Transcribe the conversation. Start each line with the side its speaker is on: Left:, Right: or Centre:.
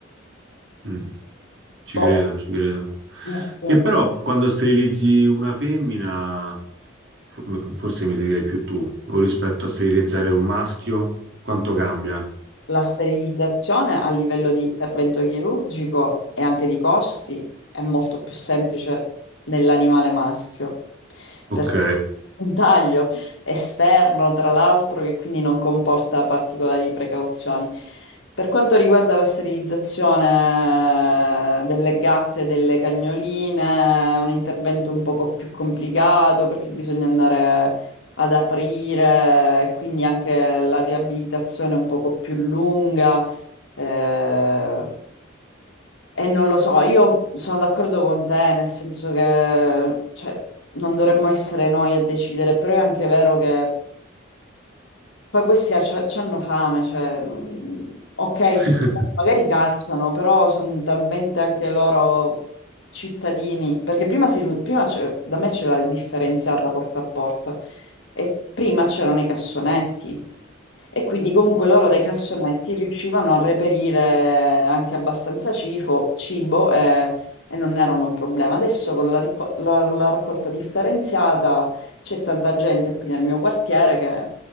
Right: Mm. Ci
Left: boh,
Right: credo, ci credo.
Left: sì,
Right: Che però quando sterilizzi una femmina, fo- forse mi sai dire più tu, o rispetto a sterilizzare un maschio, quanto cambia?
Left: La sterilizzazione a livello di intervento chirurgico e anche di costi è molto più semplice nell'animale maschio,
Right: Ok,
Left: perché un taglio esterno, tra l'altro, che quindi non comporta particolari precauzioni. Per quanto riguarda la sterilizzazione delle gatte e delle cagnoline, è un intervento un poco più complicato perché bisogna andare ad aprire, quindi anche la riabilitazione un poco più lunga. eh, e non lo so, io sono d'accordo con te, nel senso che cioè, non dovremmo essere noi a decidere, però è anche vero che poi questi hanno fame, cioè, mm, ok,
Right: <laughs>
Left: sì, magari cacciano, però sono talmente anche loro cittadini, perché prima, si nu- prima c'è- da me c'era la differenziata porta a porta e prima c'erano i cassonetti e quindi comunque loro dai cassonetti riuscivano a reperire anche abbastanza cifo- cibo eh, e, non erano un problema. Adesso con la ricco- la- la raccolta differenziata c'è tanta gente qui nel mio quartiere che